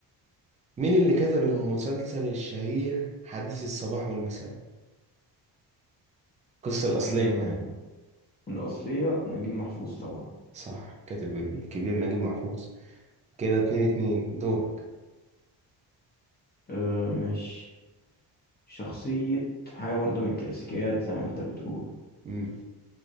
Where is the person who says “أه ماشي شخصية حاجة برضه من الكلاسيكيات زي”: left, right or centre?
Left